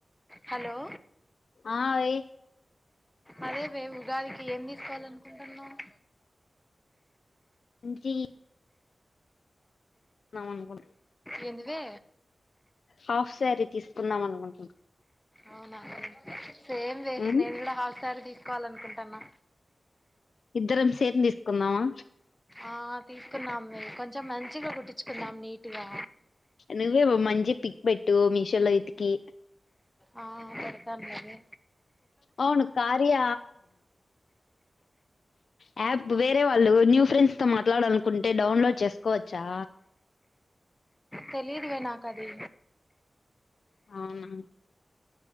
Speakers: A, in the centre; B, on the left.
A: హలో
B: ఆ యి
A: అదేవే ఉగాదికి ఏం తీసుకోవాలనుకుంటున్నావ్
B: ఇంటి అనుకో <inaudible>
A: ఏందివే
B: హాఫ్ శారీ తీసుకుందాం అనుకుంటున్నా
A: అవునా సేమ్ వే
B: ఉమ్,
A: నేను కూడా హాఫ్ సారి తీస్ తీసుకోవాలనుకుంటున్నా
B: ఇద్దరం సేమ్ తీసుకుందామా
A: ఆ తీసుకొందాం వే కొంచెం మంచిగా కుట్టించ్చుకుందాం నీటుగా
B: నువ్వే ఓ మంచి పిక్ పెట్టు మీషోలో వేతికి
A: ఆ పెడతాన్లేవే
B: అవును కార్య యాప్ వేరే వాళ్ళు న్యూ ఫ్రెండ్స్ తో మాట్లాడాలనుకుంటే డౌన్లోడ్ చేసుకోవ చ్చా
A: తెలీదువే నాకు అది
B: అవునా